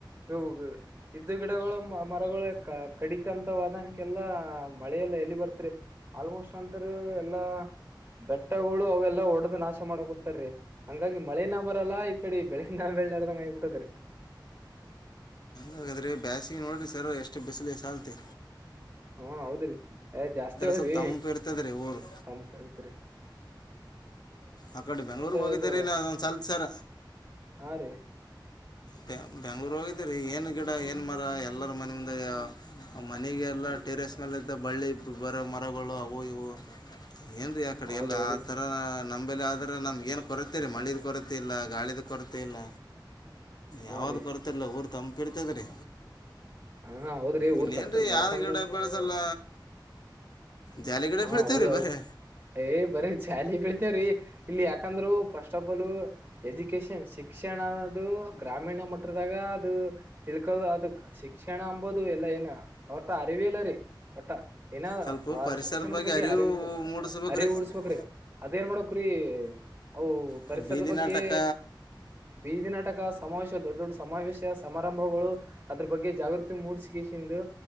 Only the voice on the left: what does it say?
ಹಾಗಾದ್ರೆ ಬ್ಯಾಸಿಗೆ ನೋಡ್ರಿ ಸರ್ ಎಷ್ಟು ಬಿಸಿಲ ಸಲ್ತೆ
ಸ್ವಲ್ಪ ತಂಪು ಇರ್ತದೆ ರೀ ಊರು
ಆ ಕಡೆ ಬೆಂಗ್ಳೂರ್ಗ್ ಹೋಗಿದ್ದೀರಿ
ನೊಂದ್ ಸಲ್ತ್ ಸರ
ಬೆ ಬೆಂಗ್ಳೂರು ಹೋಗಿದ್ದೀರಿ ಏನ್ ಗಿಡ ಏನ್ ಮರ ಎಲ್ಲರ ಮನೆ ಮುದ ಮನೆಗೆಲ್ಲ
ಟೆರೆಸ್ ಮೇಲೆದ್ದ ಬಳ್ಳಿ ಬರೋ ಮರಗಳು ಅವು ಇವು ಏನ್ರರಿ ಆ ಕಡೆ
ಎಲ್ಲಾ ಆ ತರ ನಂಬಲ್ಲಿ ಆದ್ರ ನಮ್ಗೆ ಏನ್ ಕೊರತೆ ರೀ ಮಳಿದ ಕೊರತೆ ಇಲ್ಲ ಗಾಳಿದ ಕೊರತೆ ಇಲ್ಲ
ಯಾವ್ದೂ
ಕೊರತಲ್ಲ ಊರು ತಂಪಿರ್ತದ ರೀ
ಇಲ್ಲ
ಏನ್ರಿ ಯಾವ್ದ
ಗಿಡ ಬೆಳೆಸಲ್ಲ ಜಾಲಿ ಗಿಡ
ಬೆಳಿತೀವಿ
ರೀ ಬರೀ
ಸ್ವಲ್ಪ
ಪರಿಸರದ
ಅರಿವು
ಮೂಡಿಸ್ಬೇಕ್ರಿ
ಸ್ವಲ್ಪ
ಸ್ವಲ್ಪ ಬೀದಿ
ನಾಟಕ